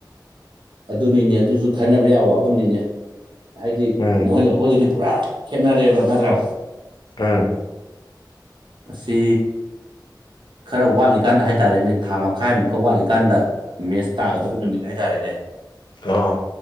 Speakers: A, on the right (about 90°); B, on the left (about 75°).
A: ꯑꯗꯨꯅꯤꯅꯦ ꯑꯗꯨꯁꯨ ꯈꯟꯅꯕ ꯌꯥꯕ ꯋꯥꯐꯝꯅꯤꯅꯦ ꯍꯥꯏꯗꯤ
B: ꯎꯝ
A: ꯃꯣꯏ ꯑꯩꯈꯣꯏꯒꯤꯗꯤ ꯄꯨꯔꯥ ꯈꯦꯠꯅꯔꯦꯕ ꯅꯠꯇ꯭ꯔꯥ
B: ꯑꯝ
A: ꯃꯁꯤ ꯈꯔ ꯋꯥꯠꯂꯤꯀꯥꯟꯗ ꯍꯥꯏꯇꯥꯔꯦꯅꯦ ꯊꯥ ꯃꯈꯥꯏ ꯃꯨꯛꯀ ꯋꯥꯠꯂꯤꯀꯥꯟꯗ ꯃꯦꯁ ꯇꯥꯒꯗꯕ ꯅꯨꯃꯤꯠ ꯍꯥꯏꯇꯥꯔꯦꯅꯦ
B: ꯑꯥ